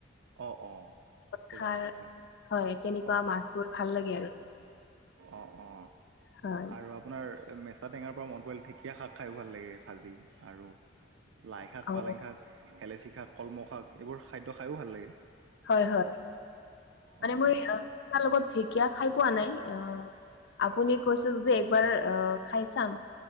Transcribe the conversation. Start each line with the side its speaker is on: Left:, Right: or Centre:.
Right: অ', অ', ছজনা
Left: খাৰ
Right: পাত হয়
Left: হয় তেনেকুৱা
Right: অ
Left: মাছবোৰ ভাল লাগে আৰু
Right: অ', অ',
Left: হয়
Right: আৰু আপোনাৰ মেস্তা টেঙাৰ পৰা মন পৰি ঢেকীয়া শাক খায়ো ভাল লাগে ভাজি আৰু লাই শাক
Left: অ
Right: পালেং শাক খেলেচি শাক কলমৌ শাক এইবোৰ খাদ্য খায়ো ভাল লাগে
Left: হয়, হয় মানে
Right: অ
Left: মই
Right: অ
Left: তাৰ লগত ঠিক কিয়া খাই পোৱা নাই আহ আপুনি কৈছে যদি একবাৰ আহ খাই চাম